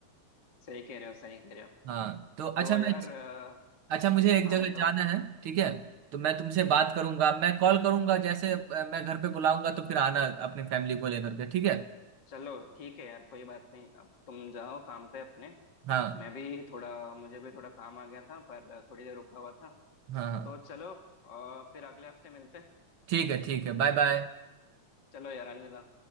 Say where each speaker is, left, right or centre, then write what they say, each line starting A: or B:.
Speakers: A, on the left (about 40°); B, on the right (about 60°).
A: सही कह रहे हो सही कह रहे हो
B: हाँ तो अच्छा
A: तो
B: मैं
A: यार अ,
B: अच्छा मुझे एक
A: हाँ
B: जगह
A: बताओ
B: जाना है ठीक है तो मैं तुमसे बात करूंगा मैं कॉल करूंगा जैसे अ, मैं घर पे बुलाऊंगा तो फिर आना अपनी फैमिली को लेकर के ठीक है
A: चलो ठीक है यार कोई बात नहीं अब तुम जाओ काम पे अपने
B: हाँ
A: मैं भी थोड़ा मुझे भी थोड़ा काम आ गया था पर थोड़ी देर रुका हुआ था
B: हाँ हाँ
A: तो चलो अ, फिर अगले हफ्ते मिलते हैं
B: ठीक है ठीक है बाय बाय
A: चलो यार अलविदा